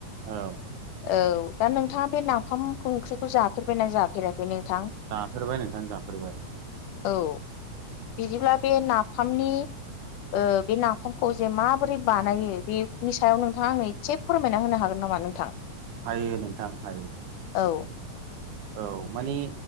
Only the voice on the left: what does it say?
औ दा नोंथाङा बे नाफाम खंख्रिखौ जाफेरबायना जाफेराखै नोंथां
औ बिदिब्ला बे नाफामनि ओ बे नाफामखौ जे माबोरै बानायो बे नि सायाव नोंथाङा आंनो एसे फोरमायना होनो हागोन नामा नोंथां
औ